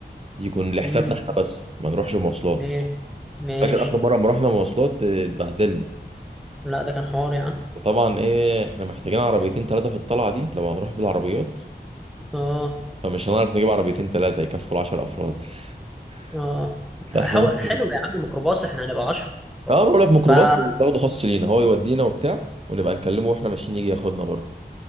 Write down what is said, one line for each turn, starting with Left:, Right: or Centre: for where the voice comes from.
Right: يكون لحسابنا
Centre: امم
Right: إحنا بس ما نروحش مواصلات
Centre: ماشي ماشي
Right: فاكر آخر مرة لما رحنا مواصلات آه، اتبهدلنا
Centre: لا ده كان حوار يا عم
Right: وطبعا إيه إحنا محتاجين عربيتين ثلاثة في الطلعة دي لو هنروح بالعربيات
Centre: اه
Right: فمش هنعرف نجيب عربيتين ثلاثة يكفوا العشر أفراد <laughs>
Centre: اه
Right: فإحنا
Centre: حو...
Right: ممكن
Centre: حلو يا عم ميكروباص احنا هنبقى عشرة
Right: اه بقول لك ميكروباص
Centre: فا
Right: بناخده خاص لينا هو يودينا وبتاع ونبقى نكلمه واحنا ماشيين يجي ياخدنا برضه